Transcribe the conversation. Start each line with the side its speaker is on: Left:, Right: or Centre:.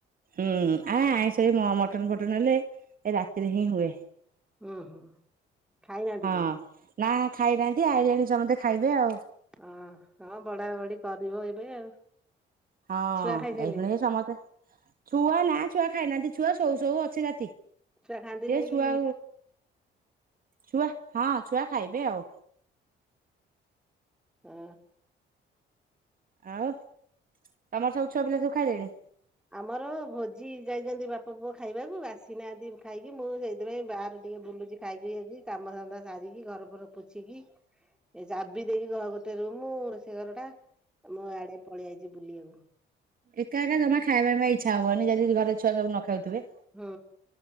Right: ହୁଁ ଆ ଆଇଁଷ ବି ମ-ମ ଟନ୍ ଫଟନ୍ ହେଲେ ଏ ରାତିରେ ହିଁ ହୁଏ।
Centre: ହୁଁ ହୁଁ ଖାଇନାହାନ୍ତି
Right: ହଁ
Centre: କେହି?
Right: ନା ଖାଇନାହାନ୍ତି, ଆଇଲେଣି ସମତେ ଖାଇବେ ଆଉ।
Centre: ହଁ-ହଁ ବଢା ବଢି କରିବ ଏବେ ଆଉ।
Right: ହଁ
Centre: ଛୁଆ ଖାଇସାରିଲେଣି
Right: ଏଇୁଖୁଣି ସମତେ ଛୁଆ ନା ଛୁଆ ଖାଇନାହାନ୍ତି, ଛୁଆ ସୋଉ-ସୋଉ ଅଛି ରାତି ସିଏ
Centre: ଛୁଆ ଖାଆନ୍ତି ନେଇକି
Right: ଛୁଆ ଛୁଆ, ହଁ ଛୁଆ ଖାଇବେ ଆଉ।
Centre: ହୁଁ।
Right: ଆଉ, ତମର ସବୁ ଛୁଆ ପିଲା ସବୁ ଖାଇଲେଣି?
Centre: ଆମର ଭୋଜି ଯାଇଚନ୍ତି ବାପ ପୁଅ ଖାଇବାକୁ ଆସିନାହାନ୍ତି ଖାଇକି, ମୁଁ ସେଇ ଥିପାଇଁ ବାହାରେ ଟିକେ ବୁଲୁଚି ଖାଇକି <unintelligible> କାମ ଧନ୍ଦା ସାରିକି ଘର ଫର ପୋଛିିକି ଏ ଚାବି ଦେଇକି ଘହ ଗୋଟେ ରୁମୁ ରୋଷେଇ ଘର ଟା ମୁଁ ଆଡେ ପଳେଇ ଆଇଚି ବୁଲିଆକୁ।
Right: ଏକା-ଏକା ଜମା ଖାଇବା ପାଇଁ ବା ଇଚ୍ଛା ହବନି, ଯଦି ଘରେ ଛୁଆ ସବୁ ନ ଖାଉଥିବେ।
Centre: ହୁଁ